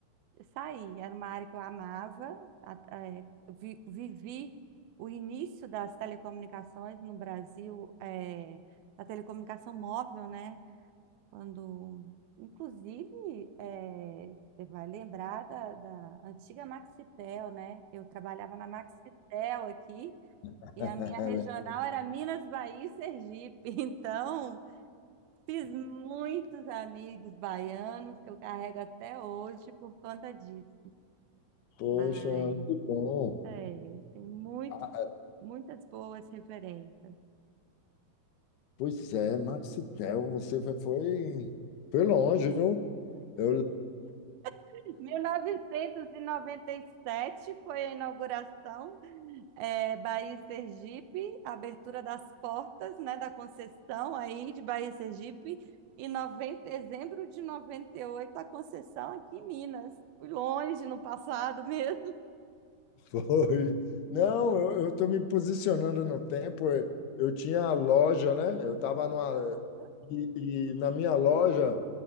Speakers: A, on the right (about 75°); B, on the left (about 80°).
A: saí. Era uma área que eu amava. a- é, vi- vivi o início das telecomunicações no Brasil, é, da telecomunicação móvel, né? Quando, inclusive, é, você vai lembrar da, da antiga Maxitel, né? Eu trabalhava na Maxitel aqui.
B: <laughs>
A: E a minha regional era Minas, Bahia e Sergipe. <laughs> Então, fiz muitos amigos baianos que eu carrego até hoje por conta disso.
B: Poxa,
A: Mas
B: que bom.
A: É, tem muito,
B: Ah, ah,
A: muitas boas referências.
B: Pois é, Maxitel, você foi, foi longe, viu? Eu
A: <laughs> mil novecentos e e noventa e sete foi a inauguração, é, Bahia e Sergipe, a abertura das portas, né, da concessão aí de Bahia e Sergipe, e noven- dezembro de 98 a concessão aqui em Minas. Fui longe no passado mesmo.
B: <laughs> Foi. Não, eu estou me posicionando no tempo. Eu, eu tinha a loja, né? Eu estava numa.
A: <laughs>
B: E, e na minha loja,